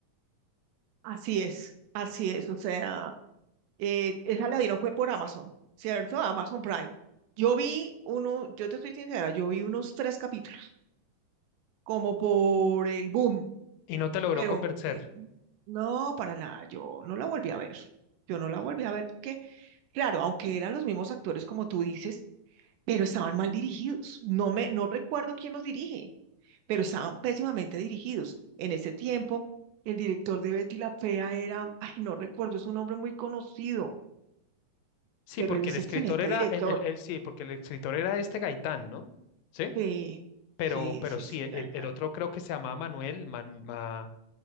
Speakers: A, on the right; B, on the left.
A: así es, así es, o sea, eh, esa la dieron fue por Amazon, ¿cierto? Amazon Prime. Yo vi uno, yo te estoy sincera, yo vi unos tres capítulos, como por el boom,
B: y no te logró
A: pero
B: convencer.
A: l- no, para nada, yo no la volví a ver. Yo no la volví a ver porque Claro, aunque eran los mismos actores como tú dices, pero estaban mal dirigidos. No me, no recuerdo quién los dirige, pero estaban pésimamente dirigidos. En ese tiempo, el director de Betty la Fea era, ay, no recuerdo, es un hombre muy conocido,
B: Sí,
A: pero
B: porque
A: él es
B: el escritor
A: excelente
B: era,
A: director.
B: el, el- el- sí, porque el escritor era este Gaitán, ¿no? Sí,
A: Sí,
B: pero,
A: sí,
B: pero
A: sí,
B: sí,
A: sí,
B: el,
A: Gaitán.
B: el otro creo que se llamaba Manuel, Man- Ma-